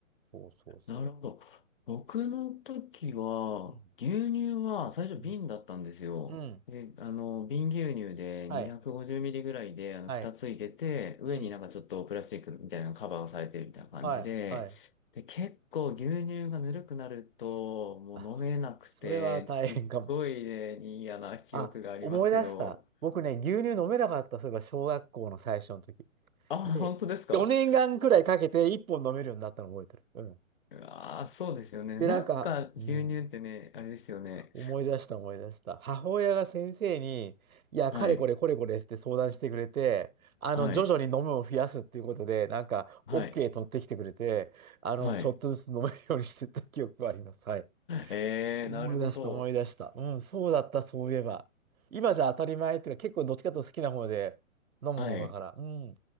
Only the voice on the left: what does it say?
なるほど。僕の時は、
牛乳は最初瓶だったんですよ。
で、あの、瓶牛乳で250ミリぐらいで、
あの、
蓋ついてて、上になんかちょっとプラスチックみたいなのカバーをされてるみたいな感じで、
で、結構牛乳がぬるくなると、もう飲めなくて、
すっごいね、嫌な記憶がありますけど、
あ、
本当ですか
うわー、そうですよね。
なんか牛乳ってね、
あれですよね。
はい、
はい、
はい。
はい。
えー、
なるほど。
はい。